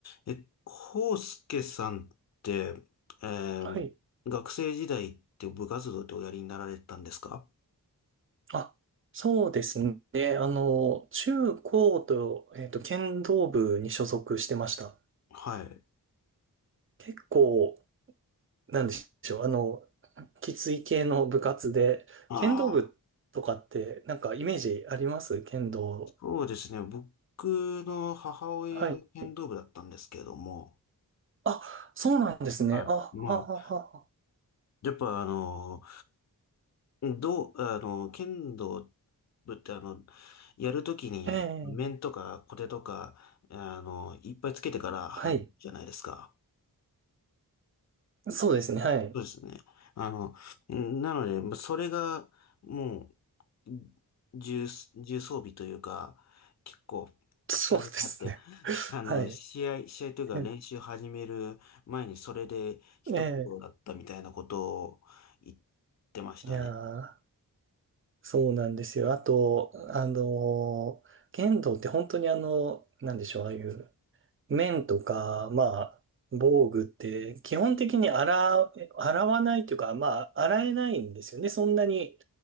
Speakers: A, on the left; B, on the right.
A: え、コウス介さんって、えー学生時代って部活動っておやりになられたんですか
B: はい。あ、そうですね。あの、中高と、えっと、剣道部に所属してました。
A: はい。
B: 結構、なんでしょう。あの、きつい系の部活で、
A: ああ、
B: 剣道部とかって、なんかイメージあります剣道。
A: そうですね。僕の母親が剣道部だったんですけども、
B: はい。あ、そうなんですね。
A: はい。
B: あ、
A: まあ、
B: あ、あ、
A: やっぱあの、どう、あの、剣道部ってあの、やるときに面とか小手とか、
B: あ、ええ、
A: あの、いっぱいつけてから始めるじゃないですか。
B: はい。そうですね。はい。
A: そうですね。あの、なので、まそれが、もう、重、重装備というか、結構、
B: そうですね。
A: 負担になって、<laughs> あの、
B: はい。え
A: 試合、試合というか練習始める前にそれで一苦労だったみたいなことを言っ
B: え、え
A: てましたね。
B: えいやーそうなんですよ。あと、あの、剣道って本当にあの、なんでしょう、ああいう面とか、まあ、防具って基本的に洗う、洗わないというか、まあ、洗えないんですよね。そんなに